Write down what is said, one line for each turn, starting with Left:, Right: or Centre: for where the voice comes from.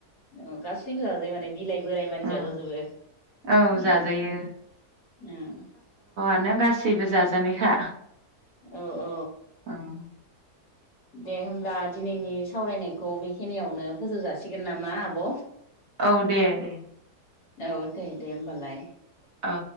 Left: अ गासिबो जायो माने बिलाइ बोराय मानि
Right: उम
Left: जाजाजोबो
Right: औ
Left: ओम
Right: जाजायो
Left: ओम
Right: मानो गासैबो जाजानायखा
Left: औ औ
Right: उम
Left: दे होमब्ला दिनैनि सावरायनायखौ बेखिनियावनो फोजौ जासिगोन नामा आब'
Right: औ दे दे
Left: औ दे दे होमबालाय ।
Right: औ